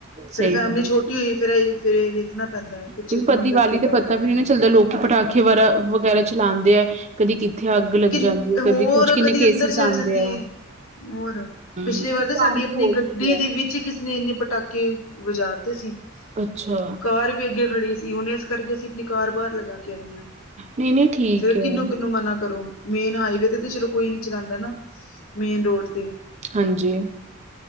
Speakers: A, on the left; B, on the right.
A: ਫੇਰ
B: ਸਹੀ
A: ਫੈਮਿਲੀ
B: ਗੱਲ
A: ਛੋਟੀ ਏ ਫੇਰ ਇਹ ਫੇਰ ਇਹ ਵੇਖਣਾ ਪੈਂਦਾ ਹੈ ਪਿੱਛੇ
B: ਕਿਉਂਕਿ
A: ਕੌਣ
B: ਦੀਵਾਲੀ
A: ਬੈਠੇਗਾ
B: ਤੇ ਪਤਾ
A: ਕੌਣ
B: ਵੀ ਨਈ ਚੱਲਦਾ ਲੋਕੀ ਪਟਾਖੇ ਵਰਾ ਵਗੈਰਾ ਚਲਾਂਦੇ ਐ। ਕਦੀ ਕਿੱਥੇ ਅੱਗ ਲੱਗ
A: ਕਿ
B: ਜਾਂਦੀ ਏ
A: ਹੋਰ
B: ਕਦੀ ਕੁੱਛ ਕਿੰਨੇ
A: ਕਦੀ
B: ਕੇਸਿਸ
A: ਅੰਦਰ ਚੱਲ
B: ਆਂਦੇ
A: ਜਾਂਦੀ
B: ਆ।
A: ਏ ਹੋਰ,
B: ਹਮ
A: ਪਿਛਲੇ ਵਾਰ
B: ਸ਼ਾਮ
A: ਤਾਂ ਸਾਡੀ
B: ਨੂੰ
A: ਆਪਣੀ
B: ਬਹੁਤ
A: ਗ
B: ਹੁੰਦੇ
A: ਡੀ ਦੇ
B: ਆ
A: ਵਿੱਚ ਹੀ ਕਿਸੇ ਨੇ ਇੰਨੇ ਪਟਾਕੇ ਵਜਾਤੇ ਸੀ।
B: ਅੱਛਾ।
A: ਕਾਰ ਵੀ ਅੱਗੇ ਖੜੀ ਸੀ ਹੁਣ ਏਸ ਕਰਕੇ ਅਸੀਂ ਅਪਨੀ ਕਾਰ ਬਾਹਰ ਲਗਾ ਕੇ ਆਂਨੇ ਆਂ।
B: ਨਹੀਂ ਨਹੀਂ ਠੀਕ
A: ਫੇਰ
B: ਹੈ
A: ਕਿਨੂੰ-ਕਿਨੂੰ ਮਨਾ ਕਰੋ। ਮੇਨ ਹਾਈਵੇ ਤੇ-ਤੇ ਚਲੋ ਕੋਈ ਨੀ ਚਲਾਂਦਾ ਨਾ, ਮੇਨ ਰੋਡ ਤੇ।
B: ਹਾਂਜੀ